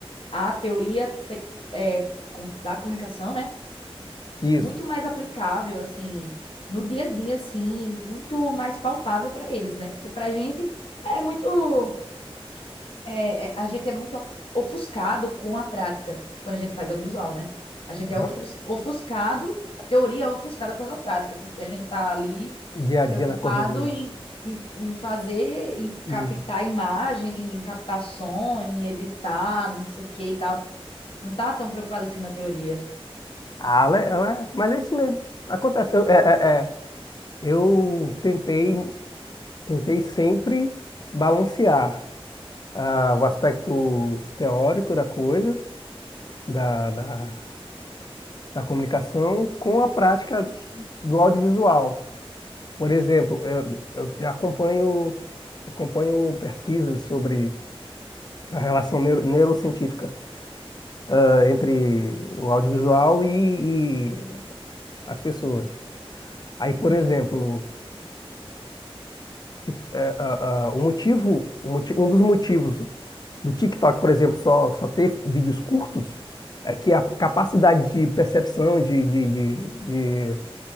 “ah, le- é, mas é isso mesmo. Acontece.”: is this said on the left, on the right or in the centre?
Left